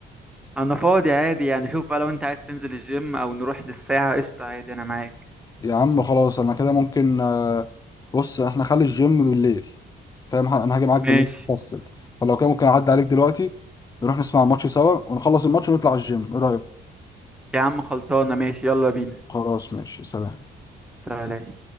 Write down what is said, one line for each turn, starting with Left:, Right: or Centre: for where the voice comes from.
Centre: انا فاضي عادي يعني شوف بقى لو انت عايز تنزل الجيم او نروح للساعه قشطه عادي انا معاك
Left: يا عم خلاص انا كده ممكن آه، بص احنا خلي الجيم بالليل فاهم ه- انا هاجي معاك
Centre: ماشي
Left: بالليل تفصل فلو كده ممكن اعدي عليك دلوقتي نروح نسمع الماتش سوا ونخلص الماتش ونطلع الجيم ايه رأيك
Centre: يا عم خلصانه ماشي يلا بينا
Left: خلاص ماشي سلام
Centre: سلام